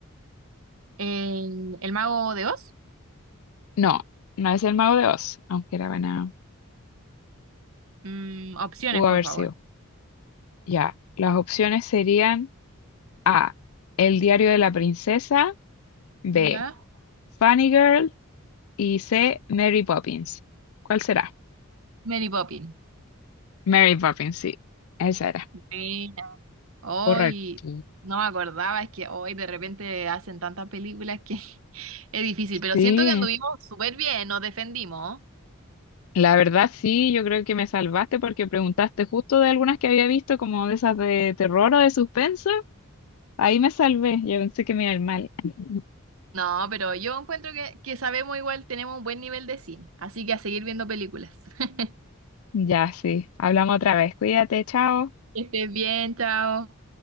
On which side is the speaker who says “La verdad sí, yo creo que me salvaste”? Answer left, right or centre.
Left